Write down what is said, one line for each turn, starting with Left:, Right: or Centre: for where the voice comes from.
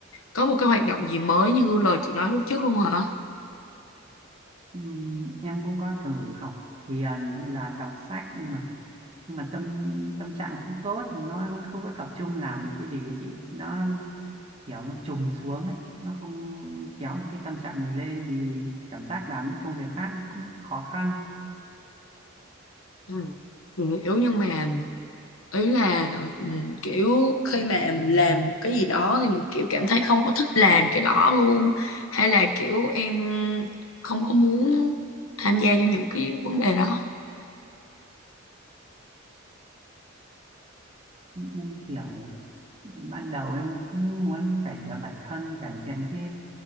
Left: có một cái hoạt động gì mới như lời chị nói lúc trước luôn hả?
Right: Ừm, em cũng có thử học thiền hay là đọc sách nhưng mà nhưng mà tâm tâm trạng không tốt nó không có tập trung làm cái gì ấy chị nó kiểu nó trùng xuống ấy nó không kéo được cái tâm trạng mình lên thì cảm giác làm những công việc khác cũng khó khăn
Left: Ừ. thì Kiểu nhưng mà ý là ừ, kiểu khi mà mình làm một cái gì đó thì mình kiểu cảm thấy không có thích làm cái đó luôn hay là kiểu em không có muốn tham gia cho những cái vấn đề đó
Right: em kiểu ban đầu em cũng muốn cải thiện bản thân cải thiện cái